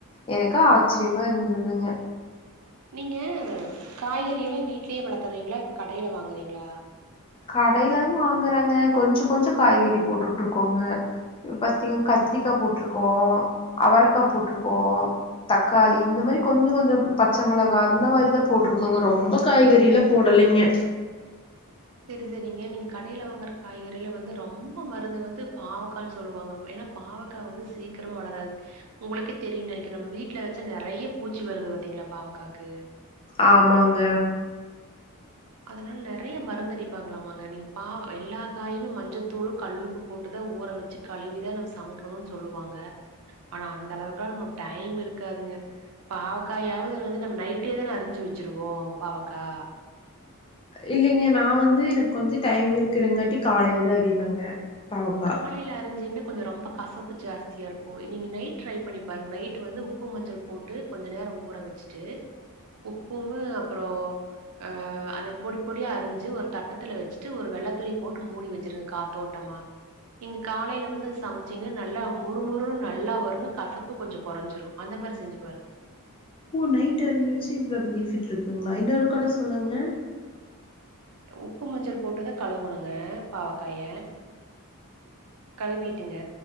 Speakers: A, on the left; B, on the right.
A: எனக்கு ஆச்சரியமா இருந்ததுங்க
B: நீங்க காய்கறி எல்லா வீட்லயே வளக்குறீங்களா கடையில வாங்குறீங்களா
A: கடையில வாங்குறாங்க கொஞ்சொ கொஞ்சொ காய்கறி போட்டுட்டு இருக்கோங்க இப்ப பாத்தீங்க கத்திரிக்கா போட்ருக்கோ அவரக்கா போட்ருக்கோ தக்காளி இந்த மாரி கொஞ்சொ கொஞ்சொ பச்சை மிளகா அந்த மாரி தான் போட்ருக்கோங்க ரொம்ப காய்கறில போடலைங்க
B: செரி செரிங்க நீங்க கடையில வாங்குற காய்கறில வந்து ரொம்ப மருந்து வந்து பாவக்கான்னு சொல்லுவாங்க ஏன்னா பாவக்கா வந்து சீக்கிர வளராது உங்களுக்கே தெரியும்னு நெனைக்குறே நம்ம வீட்டுல வச்ச நெறைய பூச்சி வருது பாத்தீங்களா பாவக்காக்கு
A: ஆமாங்க
B: அதனால நெறைய மருந்து அடிப்பாங்களாமாங்க நீங்க பாவ எல்லா காயுமே மஞ்சத்தூளு கல்லுப்பு போட்டுதான் ஊற வச்சு கழுவிதா நம் சமைக்கணுனு சொல்லுவாங்க ஆனா அந்த அளவுக்குலா நமக்கு டைம் இருக்காதுங்க பாவக்காயாவதுன்னு வந்து நம்ம நைட்டே தான் அறிஞ்சு வச்சிருவோ பாவக்கா
A: இல்லிங்க நா வந்து எனக்கு கொஞ்சொ டைம் இருக்குறங்காட்டி காலையிலதா அறிவேங்க பாவக்கா
B: காலையில அரிஞ்சிங்கனா கொஞ்சோ ரொம்ப கசப்பு ஜாஸ்தியா இருக்கு நீங்கள் நைட் ட்ரை பண்ணி பாருங்க நைட்டு் வந்து உப் உப்பு மஞ்சள் போட்டு கொஞ்ச நேரம் ஊற வச்சுட்டு உப்பு வு அப்றோ அ அத பொடி பொடியா அரிஞ்சு ஒரு தட்டத்துல வச்சுட்டு ஒரு வெள்ள துணி போட்டு மூடி வச்சிரு காத்தோட்டமா நீங்க காலையில வந்து சமைச்சீங்க நல்லா மொறுமொறு நல்லா வருங்க கசப்பு கொஞ்ச கொறஞ்சிரு அந்த மாரி செஞ்சு பாருங்க
A: ஒ நைட் அரிஞ்சி வச்சு இவ்ளோ பெனிஃபிட் இருக்குங்களா இன்னொரு கூட சொல்லுங்க
B: உப்பு மஞ்சள் போட்டுதா கழுவுணுங்க பாவக்காய கழுவிட்டுங்க